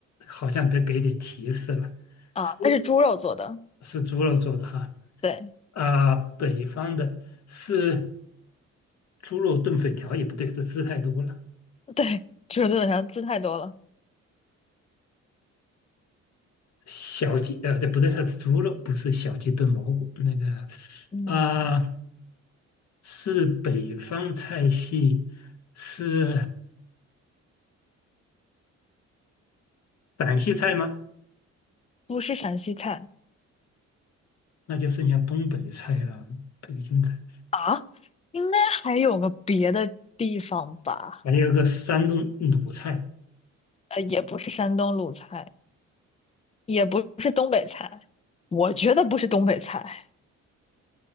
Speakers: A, on the left; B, on the left.
A: 好像得给点提示了，
B: 啊，
A: 是
B: 它是猪肉做的，
A: 是猪肉做的哈
B: 对
A: 啊，北方的是猪肉炖粉条也不对，这吃太多了。
B: 对，猪肉做的啥字太多了，
A: 小鸡呃，对，不对，它是猪肉，不是小鸡炖蘑菇那个
B: 嗯，
A: 啊，是北方菜系，是陕西菜吗？
B: 不是陕西菜
A: 那就剩下东北菜了，北京菜，
B: 啊，应该还有个别的地方吧？
A: 还有个山东鲁菜，
B: 呃，也不是山东鲁菜，也不是东北菜，我觉得不是东北菜，